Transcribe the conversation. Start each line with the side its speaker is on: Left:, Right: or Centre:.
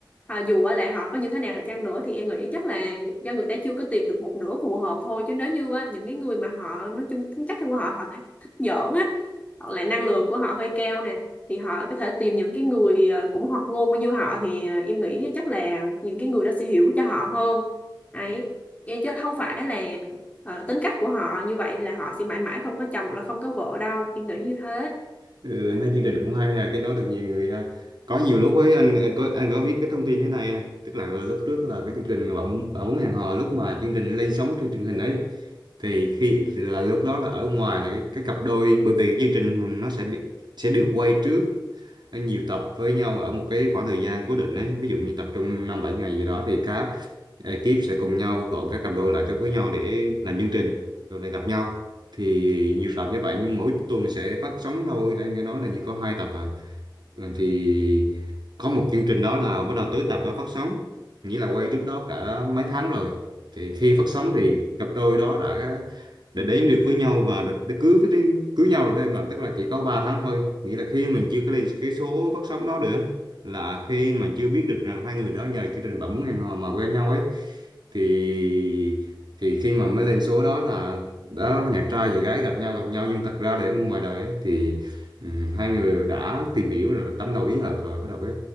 Left: Họ dù á là họ có như thế nào chăng nữa thì em nghĩ chắc là do người ta chưa có tìm được một nửa phù hợp thôi chứ nếu như á, những cái người mà họ nói chung tính cách của họ họ thích giỡn á hoặc là năng lượng của họ hơi cao nè thì họ có thể tìm những cái người ờ, cũng hoạt ngôn như họ thì ờ, em nghĩ chắc là những cái người đó sẽ hiểu cho họ hơn ấy chứ không phải là ờ, tính cách của họ như vậy là họ sẽ mãi mãi không có chồng hoặc là không có vợ đâu em nghĩ như thế
Right: Ừ, anh thấy
Left: ừ.
Right: chương trình cũng hay là cái nói được nhiều người ha. Có nhiều lúc với anh anh có anh có biết cái thông tin thế này à? Tức là lúc trước là cái chương trình bỗng bỗng hẹn hò lúc mà chương trình lên sóng trên truyền hình ấy thì khi
Left: Ừ,
Right: thì là lúc đó là ở ngoài là cái, cái cặp đôi bởi vì chương trình nó sẽ bị sẽ được quay trước nhiều tập với nhau ở một cái khoảng thời gian cố định ấy ví dụ như tập trung năm bảy ngày gì đó thì các ekip sẽ cùng nhau gọi các cặp đôi lại tới với nhau để làm chương trình rồi lại gặp nhau thì nhiều tập như vậy nhưng mỗi tuần sẽ phát sóng thôi em nghe nói là như có hai tập à Ừ, thì có một chương trình đó là bắt đầu tới tập đó phát sóng nghĩa là quay trước đó cả mấy tháng rồi thì khi phát sóng thì cặp đôi đó đã đã đến được với nhau và đã, đã cưới cưới nhau rồi đó em là tức là chỉ có 3 tháng thôi nghĩa là khi mình chưa có lên cái số phát sóng đó được á, là khi mà chưa biết được rằng hai người đó nhờ chương trình bạn muốn hẹn hò mà quen nhau ấy thì thì khi mà mới lên số đó là đó nhạc trai và gái gặp nhau gặp nhau nhưng thật ra để ngoài đời ấy, thì ừm, hai người đã tìm hiểu rồi tâm đầu ý hợp rồi bắt đầu cái